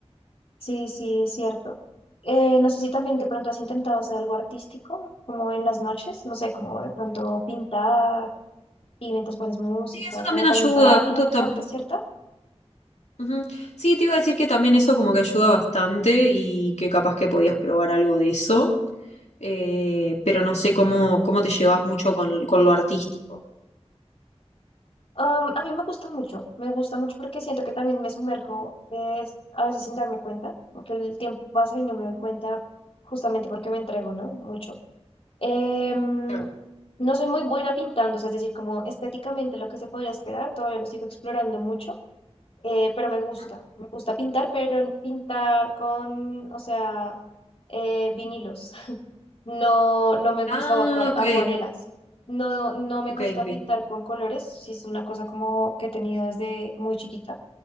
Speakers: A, on the left; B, on the left.
A: Sí, sí, es cierto. Eh, no sé si también de pronto has intentado hacer algo artístico, como en las noches, no sé, como de pronto pintar y mientras pones música,
B: Sí, eso también
A: como también
B: ayuda,
A: para
B: justo
A: relajarte, ¿cierto?
B: Ujú. Sí, te iba a decir que también eso como que ayuda bastante y que capaz que podías probar algo de eso, eh, pero no sé cómo, cómo te llevas mucho con, con lo artístico.
A: Um, a mí me gusta mucho, me gusta mucho porque siento que también me sumerjo eh, a veces sin darme cuenta, porque el tiempo pasa y no me doy cuenta justamente porque me entrego, ¿no? Mucho. Em,
B: Claro.
A: no soy muy buena pintando, o sea, es decir, como estéticamente lo que se podría esperar, todavía lo sigo explorando mucho Eh, pero me gusta,
B: Ujú.
A: me gusta pintar, pero en- pintar con, o sea, eh, vinilos. <laughs> No, no me gusta
B: Ah,
A: o acuare-
B: ok,
A: acuarelas. No, no me
B: ok,
A: gusta
B: ok.
A: pintar con colores, si es una cosa como que he tenido desde muy chiquita,